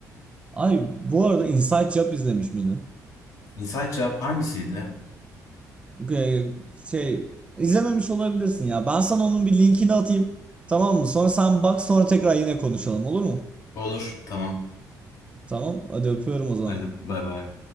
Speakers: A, on the right (about 15°); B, on the left (about 60°).
A: Ay bu arada Inside Job izlemiş miydin?
B: İnsaç Cevap hangisiydi?
A: Ee, şey izlememiş olabilirsin ya. Ben sana onun bir linkini atayım. Tamam mı? Sonra sen bak sonra tekrar yine konuşalım olur mu?
B: Olur tamam.
A: Tamam. Hadi öpüyorum o zaman.
B: Hadi bay bay.